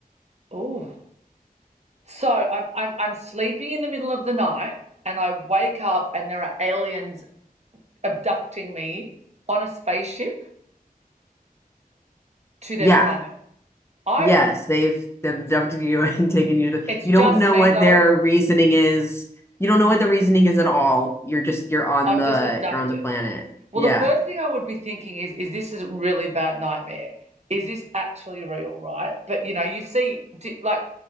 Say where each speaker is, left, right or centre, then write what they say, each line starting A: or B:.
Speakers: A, on the right; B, on the left.
A: Oh. So I'm I'm I'm sleeping in the middle of the night and I wake up and there are aliens abducting me on a spaceship to their
B: Yeah.
A: planet. I
B: Yes, they've they've abducted you <laughs> and taken you to
A: it's
B: you
A: just
B: don't know
A: me
B: what
A: though.
B: their reasoning is. You don't know what the reasoning is at all. You're just you're on
A: I'm
B: the
A: just abducted.
B: you're on the planet.
A: Well,
B: Yeah.
A: the first thing I would be thinking is, is this a really bad nightmare? Is this actually real, right? But you know, you see, di- like,